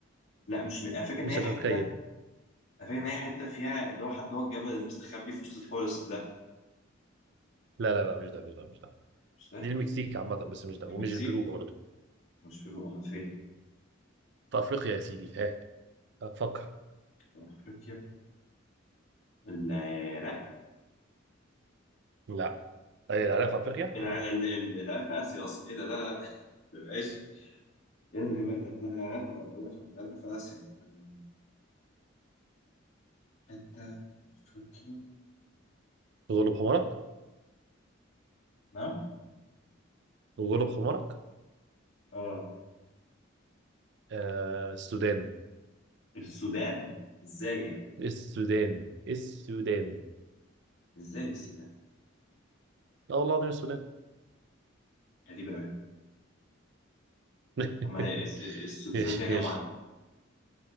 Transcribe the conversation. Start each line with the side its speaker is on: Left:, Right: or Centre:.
Left: لا مش م- انا فاكر ان
Right: مش
Left: هي
Right: هتتخيل
Left: حته انا فاكر ان هي حته فيها اللي هو حد اللي هو الجبل المستخبي في وسط الفورست ده
Right: لا لا لا مش ده مش ده مش ده
Left: مش ده
Right: دي المكسيك عامة بس مش ده
Left: المكسيك
Right: ومش البرو برضه
Left: مش بيرو امال فين؟
Right: في افريقيا يا سيدي ها افكر
Left: افريقيا العراق
Right: لا ايه العراق في افريقيا
Left: الع- ال- ال- العراق في اسيا اصلا ايه ده لا لا لا. <laughs> ما يبقاش ايه يا جماعه ده لا العراق في العراق في- العراق في اسيا آه. حتة في أفريقيا
Right: غلب حمارك
Left: نعم
Right: غلب حمارك
Left: اه
Right: آه السودان
Left: السودان ازاي يعني
Right: السودان السودان
Left: ازاي السودان
Right: لا والله العظيم السودان
Left: غريبة أوي
Right: <laughs>
Left: أما هي الس- الس- السودان
Right: ايش
Left: فيها كام
Right: ايش
Left: واحدة